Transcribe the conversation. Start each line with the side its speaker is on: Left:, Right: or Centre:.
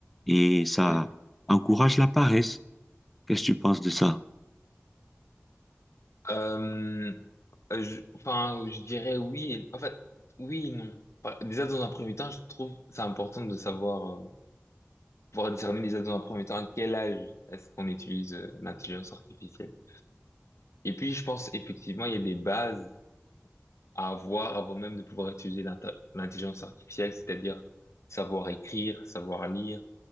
Centre: et ça
Left: Oui.
Centre: encourage la paresse. Qu'est-ce que tu penses de ça?
Left: Euh, euh, je, enfin, je dirais oui. et- En fait, oui et non. Par- Déjà, dans un premier temps, je trouve c'est important de savoir, euh, pouvoir discerner déjà dans un premier temps à quel âge est-ce qu'on utilise euh, l'intelligence artificielle. Et puis, je pense effectivement, il y a des bases à avoir avant même de pouvoir utiliser l'inta- l'intelligence artificielle, c'est-à-dire savoir écrire, savoir lire,